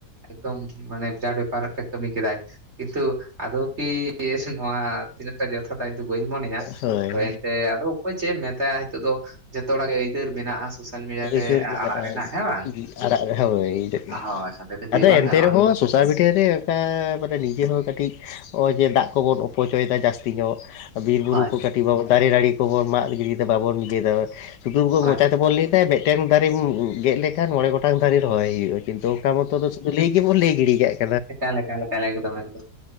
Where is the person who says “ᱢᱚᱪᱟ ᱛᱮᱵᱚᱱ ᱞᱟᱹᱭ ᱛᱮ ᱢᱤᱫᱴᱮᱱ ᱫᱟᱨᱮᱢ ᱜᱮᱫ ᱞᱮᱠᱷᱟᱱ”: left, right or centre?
Left